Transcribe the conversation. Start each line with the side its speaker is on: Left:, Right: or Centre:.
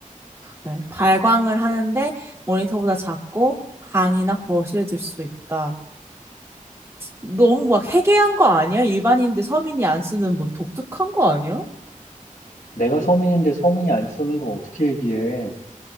Right: 그래. 발광을 하는데 모니터보다 작고 방이나 거실에 둘 수 있다. 너무 막 해괴한 거 아니야? 일반인들 서민이 안 쓰는 뭐 독특한 거 아니야?
Left: 내가 서민인데 서민이 안 쓰는 걸 어떻게 얘기해?